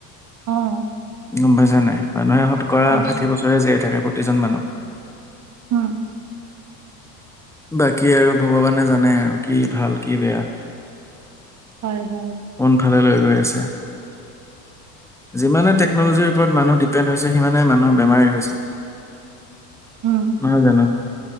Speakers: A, on the right; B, in the centre.
A: অ'।
B: গম পাইছা নাই মানুহে শত কৰা
A: পাইছোঁ।
B: ষাঠি বছৰে জীয়াই থাকে প্ৰতিজন মানুহ।
A: উম,
B: বাকী আৰু ভগৱানে জানে আৰু কি ভাল কি বেয়া।
A: হয়, হয়,
B: কোনফালে লৈ গৈ আছে। যিমানে টেকনলজিৰ ওপৰত মানুহ ডিপেণ্ড হৈছে সিমানেই মানুহৰ বেমাৰি হৈছে।
A: উম,
B: অহ, জানো।